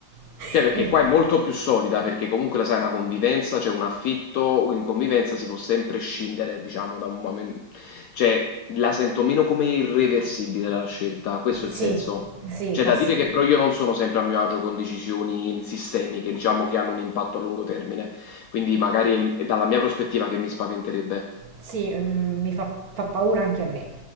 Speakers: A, on the right; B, on the left.
A: <laughs>
B: Cioè, perché
A: Mi-
B: qua è molto più solida, perché comunque la sai, è una convivenza, c'è un affitto, in convivenza si può sempre scindere, diciamo, da un momento. Cioè, la sento meno come irreversibile la scelta, questo è
A: Sì,
B: il senso.
A: sì,
B: C'è
A: fa,
B: da
A: s-
B: dire che però io non sono sempre a mio agio con decisioni sistemiche, diciamo, che hanno un impatto a lungo termine. Quindi magari è il- è dalla mia prospettiva che mi spaventerebbe.
A: sì, mm, mi fa, fa paura anche a me.